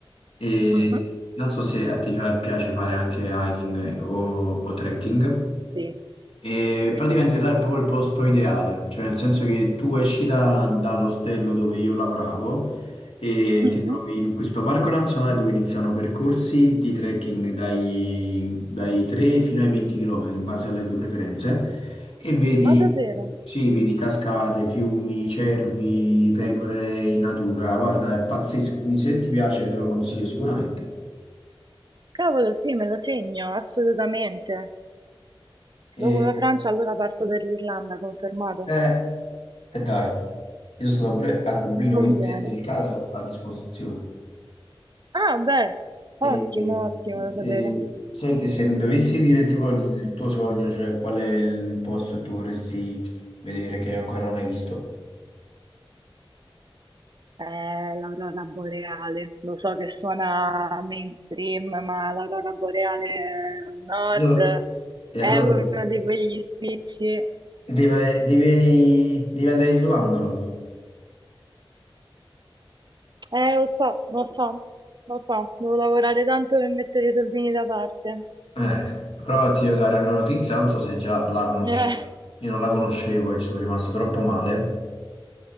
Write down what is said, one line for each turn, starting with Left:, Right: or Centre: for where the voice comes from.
Left: E
Right: mhm.
Left: non so se a te fa- piace fare anche hiking o, o trekking.
Right: Sì,
Left: E
Right: sì,
Left: praticamente
Right: sì.
Left: là è proprio il posto ideale, cioè nel senso che tu esci da- dall'ostello dove io lavoravo e
Right: Mm,
Left: ti trovi in questo parco nazionale dove iniziano percorsi di trekking dai, dai 3 fino ai 20 km in base alle tue preferenze e vedi,
Right: Ma davvero?
Left: sì, vedi cascate, fiumi, cervi, pecore
Right: Mm.
Left: in natura, guarda, è pazzesco, quindi se ti piace te lo consiglio sicuramente.
Right: Cavolo, sì, me lo segno, assolutamente.
Left: E,
Right: Dopo la Francia allora parto per l'Irlanda, confermato.
Left: eh, e dai. Io sono stato pure a Dublino,
Right: Conviene.
Left: quindi nel caso a disposizione.
Right: Ah, beh, ottimo,
Left: E, e,
Right: ottimo da
Left: se-
Right: sapere.
Left: senti, se mi dovessi dire tipo il tuo sogno, cioè qual è il posto che tu vorresti vedere che ancora non hai visto?
Right: Eh, l'aurora boreale, lo so che suona mainstream, ma l'aurora boreale al nord
Left: Allora- E
Right: è
Left: allora
Right: uno di quegli sfizi.
Left: Deve- devi, devi andare in Islanda, allora.
Right: Eh, lo so, lo so, lo so, devo lavorare tanto per mettere i soldini da parte.
Left: Eh, però ti devo dare una notizia, non so se già la conosci.
Right: Eh,
Left: Io non la conoscevo e ci sono rimasto troppo male.